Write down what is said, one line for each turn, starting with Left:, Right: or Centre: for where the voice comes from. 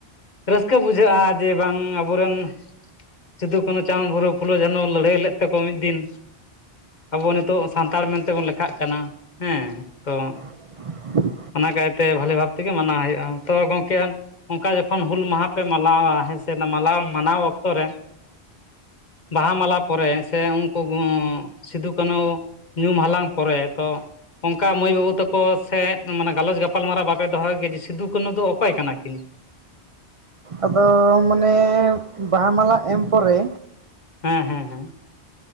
Left: ᱨᱟᱹᱥᱠᱟᱹ ᱵᱩᱡᱷᱟᱹᱜᱼᱟ ᱡᱮ ᱵᱟᱝᱹ ᱟᱵᱚᱨᱮᱱ ᱥᱤᱫᱩᱼ ᱠᱟᱹᱱᱩ ᱪᱟᱸᱫᱽ ᱵᱩᱨᱩ ᱯᱷᱩᱞᱳ ᱡᱮᱱᱚ ᱞᱟᱹᱲᱦᱟᱹᱭ ᱞᱮᱫ ᱛᱮᱟᱠᱚ ᱢᱤᱫ ᱫᱤᱱᱹ ᱟᱵᱚ ᱱᱤᱛᱳᱜ ᱥᱟᱱᱛᱟᱲ ᱢᱮᱱᱹᱛᱮᱵᱚᱱ ᱞᱮᱹᱠᱷᱟᱜ ᱠᱟᱱᱟ ᱦᱮᱸ ᱛᱚ
Right: <inaudible>
Left: ᱚᱱᱟ ᱠᱟᱭᱛᱮ ᱵᱷᱟᱞᱮ ᱵᱷᱟᱵᱽ ᱛᱮᱸᱜᱮ ᱢᱟᱱᱟᱼᱣ ᱦᱩᱭᱩᱜᱼᱟ ᱛᱚ ᱜᱚᱝᱹᱠᱮ ᱚᱱᱠᱟᱹ ᱡᱚᱹᱠᱷᱚᱱ ᱦᱩᱞ ᱡᱟᱦᱟᱸ ᱯᱮ ᱢᱟᱞᱟᱣᱼᱟ ᱦᱮᱸ ᱥᱮ ᱢᱟᱹᱞᱟᱣ ᱢᱟᱱᱟᱼᱣ ᱚᱠᱛᱚ ᱨᱮ ᱵᱟᱦᱟ ᱢᱟᱞᱟᱹ ᱯᱚᱨᱮ ᱥᱮ ᱩᱱᱠᱩ ᱥᱤᱫᱩ ᱠᱟᱹᱱᱩ ᱧᱩᱢ ᱦᱟᱹᱞᱟᱝ ᱯᱚᱨᱮ ᱛᱚ ᱚᱱᱠᱟ ᱢᱟᱹᱭ ᱵᱟᱹᱵᱩ ᱛᱟᱠᱚ ᱥᱮᱫ ᱢᱟᱹᱱᱮ ᱜᱟᱞᱚᱪ ᱜᱟᱯᱟᱞᱢᱟᱨᱟᱣ ᱵᱟᱯᱮ ᱫᱚᱦᱚᱼᱭ ᱜᱮᱼᱭᱟ ᱡᱮ ᱥᱤᱫᱩ ᱠᱟᱹᱱᱩ ᱫᱚ ᱚᱼᱠᱚᱭ ᱠᱟᱱᱟ ᱠᱤᱱ
Right: ᱟᱼᱫᱚ ᱢᱟᱹᱱᱮ ᱵᱟᱦᱟ ᱢᱟᱞᱟᱹ ᱮᱢ ᱯᱚᱨᱮ
Left: ᱦᱮᱸ ᱦᱮᱸ ᱦᱮᱸ